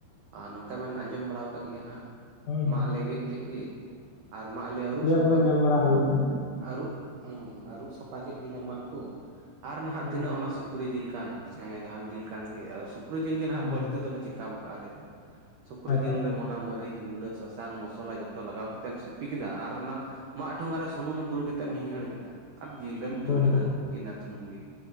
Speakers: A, on the right (about 85°); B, on the left (about 80°).
A: ᱟᱨ ᱱᱚᱝᱠᱟ ᱵᱮᱱ ᱟᱸᱡᱚᱢ ᱵᱟᱲᱟᱣ ᱠᱟᱜ ᱜᱮᱭᱟ ᱜᱮᱭᱟ ᱱᱟᱜ
B: ᱦᱳᱭ
A: ᱢᱟᱜ
B: ᱦᱳᱭ
A: ᱞᱮ ᱜᱮᱜ ᱠᱮᱜ ᱜᱮ ᱟᱨ ᱢᱟᱜ ᱞᱮ ᱟᱹᱨᱩᱜ ᱥᱟᱠ
B: ᱚ ᱧᱮᱞ ᱵᱟᱲᱟ ᱦᱩᱭ ᱠᱟᱱᱟ᱾
A: ᱟᱹᱨᱩᱜ ᱩᱸ- ᱟᱹᱨᱩᱜ ᱥᱟᱯᱟ ᱠᱮᱜ ᱜᱮᱞᱮ ᱢᱟᱜ ᱠᱩ ᱟᱨ ᱱᱷᱟᱦᱟᱜ
B: ᱦᱮᱸ
A: ᱛᱤᱱᱟᱹᱜ ᱚᱱᱟ ᱥᱩᱠ ᱥᱩᱠᱨᱤ ᱡᱤᱞ ᱠᱟᱱ ᱥᱮᱸ ᱡᱟᱦᱟᱱ ᱡᱤᱞ ᱠᱟᱱ ᱜᱮ ᱟᱫᱚ ᱥᱩᱠᱨᱤ ᱡᱤᱞ ᱜᱮ ᱱᱷᱟᱜ
B: ᱦᱮᱸ
A: ᱵᱟᱹᱲᱛᱤ ᱫᱚᱞᱮ ᱪᱮᱠᱟᱣ ᱵᱟᱠᱟᱜᱼᱟ ᱟᱞᱮ ᱫᱚ ᱥᱩᱠᱨᱤ
B: ᱟᱪᱪᱷᱟ
A: ᱡᱤᱞ ᱨᱮᱢ ᱚᱱᱟ ᱢᱟᱹᱨᱤᱪ ᱜᱩᱸᱰᱟᱹ ᱥᱟᱥᱟᱝ ᱢᱚᱥᱞᱟ ᱡᱚᱛᱚ ᱞᱟᱜᱟᱣ ᱠᱟᱛᱮᱢ ᱥᱤᱯᱤ ᱠᱮᱫᱟ ᱟᱨ ᱚᱱᱟ ᱢᱟᱜ ᱴᱷᱚᱸᱜᱟ ᱨᱮ ᱥᱩᱱᱩᱢ ᱮᱢ ᱫᱩᱞ ᱠᱟᱛᱮᱜ ᱦᱤᱦᱟᱺᱲ ᱠᱮᱫᱟ ᱟᱨ ᱡᱤᱞ ᱨᱮᱢ
B: ᱦᱮᱸ
A: ᱫᱩᱞ ᱞᱮᱫᱟ
B: ᱦᱮᱸ ᱦᱩᱸ
A: ᱤᱱᱟᱹ ᱛᱩᱱᱩᱢ ᱜᱮ